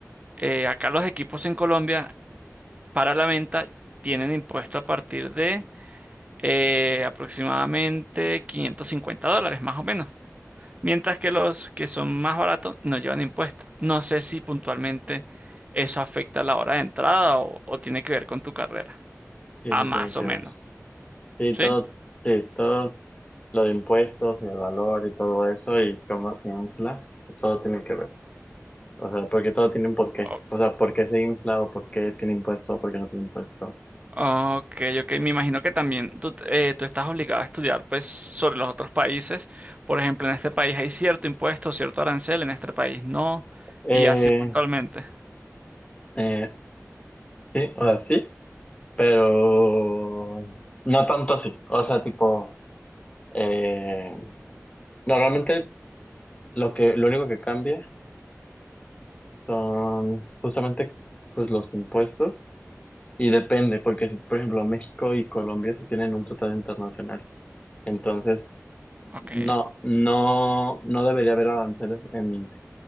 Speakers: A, on the right; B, on the left.
A: eh, acá los equipos en Colombia para la venta tienen impuesto a partir de eh, aproximadamente 550 dólares, más o menos. Mientras que los que son más baratos no llevan impuestos. No sé si puntualmente eso afecta la hora de entrada o, o tiene que ver con tu carrera.
B: Sí,
A: a
B: sí,
A: más
B: tiene que
A: o menos.
B: ver. Sí,
A: ¿Sí?
B: todo, sí, todo lo de impuestos y el valor y todo eso y cómo se infla, todo tiene que ver. O sea, porque todo tiene un porqué.
A: O-
B: O sea, ¿por qué se infla o por qué tiene impuesto o por qué no tiene impuesto?
A: ok, ok. Me imagino que también tú, eh, tú estás obligado a estudiar pues sobre los otros países. Por ejemplo, en este país hay cierto impuesto, cierto arancel, en este país no.
B: Eh,
A: Y así puntualmente.
B: eh, sí, o sea, sí, pero no tanto así. O sea, tipo, eh, normalmente lo que, lo único que cambia son justamente pues los impuestos y depende, porque si, por ejemplo, México y Colombia se tienen un tratado internacional. Entonces,
A: Ok,
B: no, no, no debería haber aranceles en